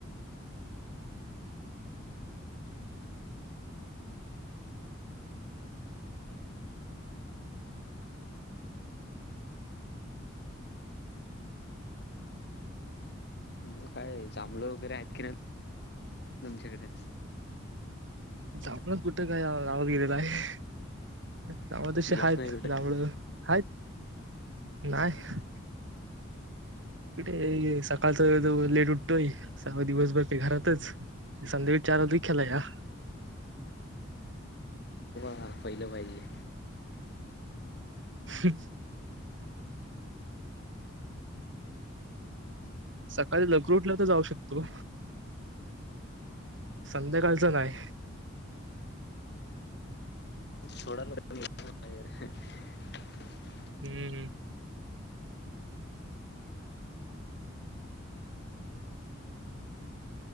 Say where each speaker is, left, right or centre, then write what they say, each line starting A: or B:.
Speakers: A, on the left; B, on the right.
A: मग काय जांभळ वगैरे आहेत की नाही तुमच्याकडे
B: जांभळ कुठं काय रावत गेलेलं आहे गाव तशी
A: याच
B: आहेत
A: नाही कुठे
B: जांभळ ह नाहीय कुठे सकाळचा लेट उठतोय सर्व दिवसभर ते घरातच संध्याकाळी चार वाज खेळायला
A: हां पहिलं पाहिजे
B: ह सकाळी लवकर उठलो तर जाऊ शकतो संध्याकाळचं नाहीय
A: थोडा लवकर उठलो
B: हम्म